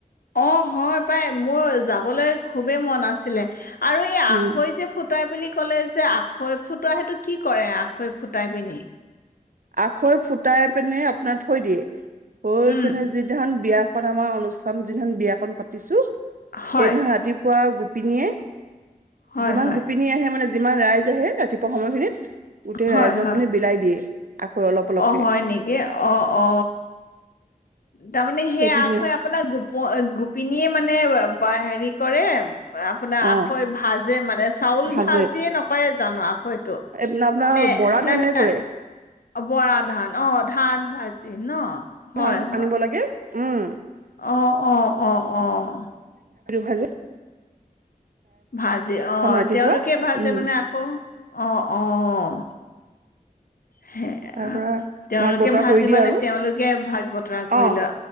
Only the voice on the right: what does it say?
উম
আখৈ ফুটাই পিনে আপোনাৰ থৈ দিয়ে। থৈ
পিনে যিদিনাখন বিয়া এখন আমাৰ অনুচ যিদিনাখন বিয়াখন পাতিছোঁ,
সেইদিনাখন ৰাতিপুৱা আও গোপ পিনিয়ে
যিমান
গোপিনী আহে মানে যিমান ৰাইজ আহে, ৰাতিপুৱা সময়খিনিত গোটেই
ৰাইজক
মানে বিলাই দিয়ে। আখৈ অলপ অলপকে
সেইটো
নিও
অ
ভাজে
এপ- আপোনাৰ
বৰা
ধানেৰে
কৰে
ধান আনিব
লাগে উম।
ভাঁজে
ৰাতিপুৱা
উম
তাৰ পৰা
ভাগ বতৰা
কৰি দিয়ে
আৰু।
অ',